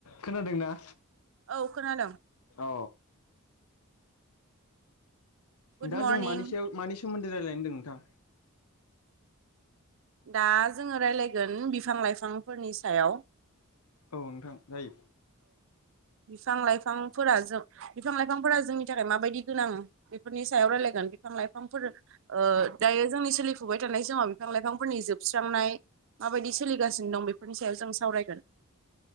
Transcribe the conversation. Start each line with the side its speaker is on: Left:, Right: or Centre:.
Left: खोनादोंना?
Right: औ खोनादों
Left: औ
Right: गुड
Left: दा
Right: मरनिं
Left: जों मानि सायाव मानि सोमोन्दै रायलायनो ओनदों नोंथां?
Right: दा जोङो रायलायगोन बिफां-लाइफांफोरनि सायाव
Left: औ नोंथां जायो।
Right: बिफां-लाइफांफोरा जों बिफां लाइफांफोरा जोंनि थाखाय माबायदि गोनां? नि सायाव रायलायगोन बिफां-लाय फांफोर ओ दायो जोंनि सोलिफुबाय थानाय समाव बिफां-लाइफांफोरनि जोबस्रांनाय माबायदि सोलिगासिनो दं बेफोरनि सायाव जों सावरायगोन।